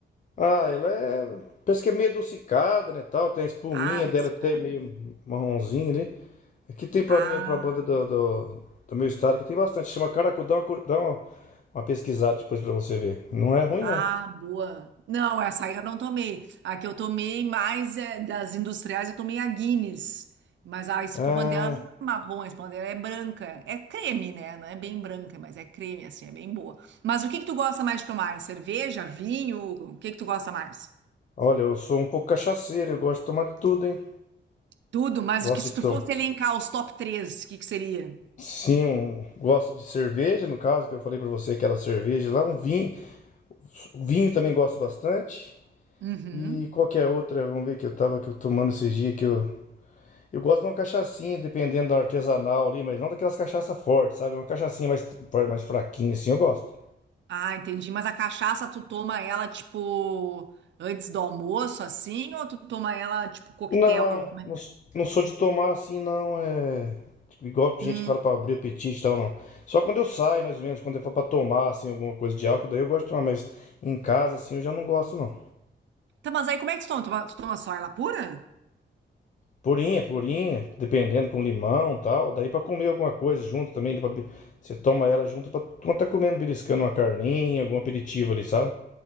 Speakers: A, on the left (about 40°); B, on the right (about 80°).
A: Ah, ela é. Parece que é meio adocicada, né? Tal. Tem a espuminha
B: Ah, dos
A: dela até
B: caras.
A: meio marronzinha ali. Aqui tem pra
B: Ah.
A: mim, é pra banda do, do, do meu estado, que tem bastante. Chama Caracu, dá uma, cur- dá uma, uma pesquisada depois pra você ver. Não é ruim,
B: Ah,
A: não.
B: boa. Não, essa aí eu não tomei. A que eu tomei mais é, das industriais, eu tomei a Guinness. Mas a espuma
A: Ah,
B: dela não é marrom, a espuma dela é branca. É creme, né? Não é bem branca, mas é creme, assim, é bem boa. Mas o que que tu gosta mais de tomar? É cerveja, vinho? O que que tu gosta mais?
A: olha, eu sou um pouco cachaceiro, eu gosto de tomar de tudo, hein?
B: Tudo, mas
A: Gosto
B: o que se
A: de
B: tu
A: tomar.
B: fosse elencar os top três, o que que seria?
A: Sim, um- gosto de cerveja, no caso, que eu falei pra você, aquela cerveja lá, um vinho. Vinho também gosto bastante.
B: Uhum.
A: E qual que é a outra? Vamos ver que eu tava que eu tomando esses dias que eu. Eu gosto de uma cachaçinha, dependendo da artesanal ali, mas não daquelas cachaças fortes, sabe? Uma cachaçinha mais, mais fraquinha, assim, eu gosto.
B: Ah, entendi. Mas a cachaça, tu toma ela, tipo, antes do almoço, assim? Ou tu toma ela, tipo, coquetel?
A: Não,
B: Como é?
A: não, s- não sou de tomar assim, não. É. tipo, igual gente
B: Hum.
A: que fala pra abrir apetite e tal, não. Só quando eu saio, mais ou menos, quando eu for pra tomar, assim, alguma coisa de álcool, daí eu gosto de tomar, mas em casa, assim, eu já não gosto, não.
B: Tá, mas aí como é que tu toma? Tu toma tu toma só ela pura?
A: Purinha, purinha, dependendo, com limão e tal. Daí pra comer alguma coisa junto também, pra... be- você toma ela junto pra quando tá comendo, beliscando uma carninha, algum aperitivo ali, sabe?